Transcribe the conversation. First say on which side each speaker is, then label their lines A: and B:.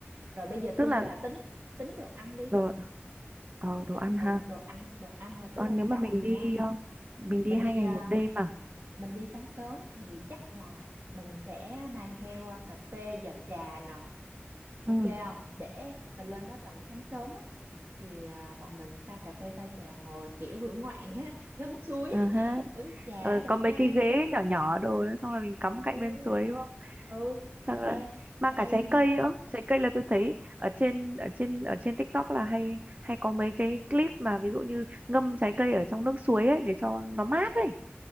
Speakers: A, on the right; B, on the right.
A: rồi bây giờ
B: tức
A: tôi
B: là
A: với bà tính tính đồ ăn đi
B: đồ, ờ, đồ
A: tính,
B: ăn
A: ừ,
B: ha
A: đồ ăn đồ ăn là cái
B: đồ
A: quan
B: ăn nếu
A: trọng
B: mà mình
A: nha
B: đi ờ, mình
A: mình
B: đi hai
A: đi
B: ngày
A: à,
B: một đêm à
A: mình đi sáng sớm thì chắc là mình sẽ mang theo à, cà phê và trà nè Ok
B: ừ.
A: không? Để mình lên đó tầm sáng sớm á thì à, bọn mình pha cà phê pha trà ngồi kiểu hưởng ngoạn á, ngắm suối,
B: ờ ha.
A: <laughs> uống trà,
B: Ờ,
A: uống cà
B: có mấy
A: phê.
B: cái ghế nhỏ nhỏ đồ nữa xong rồi mình cắm
A: Ừ,
B: cạnh bên suối đúng
A: ừ.
B: xong rồi
A: Ê,
B: mang
A: hay
B: cả trái
A: nha.
B: cây nữa trái cây là tôi thấy ở trên ở trên ở trên TikTok là hay hay có mấy cái clip mà ví dụ như ngâm trái cây ở trong nước suối ấy để cho nó mát ấy